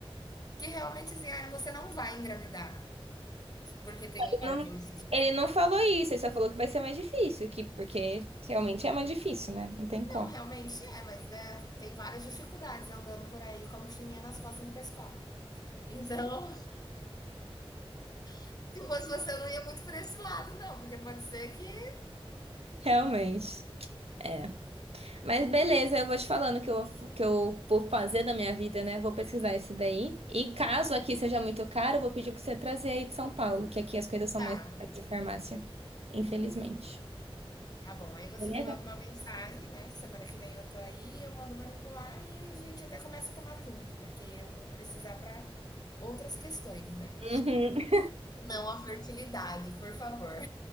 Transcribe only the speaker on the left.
que realmente assim, ah, você não vai engravidar porque tem ovário
policístico.
Não,
realmente é, mas, né, tem várias dificuldades andando por aí com a mochilinha nas costas indo pra escola. Então, <laughs> se fosse você, eu não ia muito por esse lado não, porque pode ser que
tá,
tá bom, aí você
me manda uma mensagem, né, semana que vem eu tô aí, eu mando manipular e aí a gente até começa a tomar junto, porque eu vou precisar pra outras questões, né.
não a fertilidade, por favor.